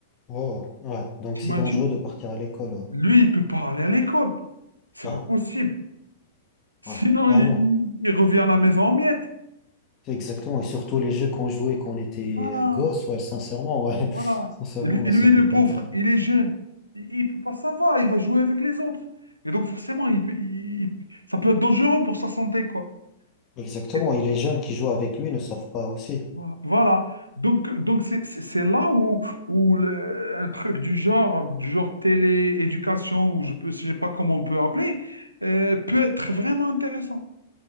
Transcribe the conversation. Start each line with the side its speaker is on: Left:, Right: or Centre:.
Left: Wow. Ouais. Donc
Right: T'imagines?
Left: c'est dangereux de partir à l'école. Ouais.
Right: Lui, il peut pas aller à l'école. C'est
Left: Ouais.
Right: pas possible. Sinon,
Left: Ouais. Carrément.
Right: il, il revient à la maison en miettes.
Left: Exactement. Et surtout les jeux qu'on jouait quand on était
Right: Voilà,
Left: euh, gosse, ouais, sincèrement, ouais.
Right: voilà.
Left: <laughs> Sincèrement,
Right: Et lui, et
Left: ouais,
Right: lui,
Left: ça peut
Right: le
Left: pas
Right: pauvre,
Left: le faire.
Right: il est jeune. Il, il peut pas savoir, il va jouer avec les autres. Et donc, forcément, il, peut- il- il- ça peut être dangereux pour sa santé, quoi.
Left: Exactement.
Right: Et donc,
Left: Et les jeunes qui jouent avec lui ne savent pas aussi.
Right: voilà. Voilà. Donc, donc c'est c'est- c'est là où, où le- un truc du genre, du genre télé-éducation, ou je peux, sais pas comment on peut appeler, euh, peut être vraiment intéressant.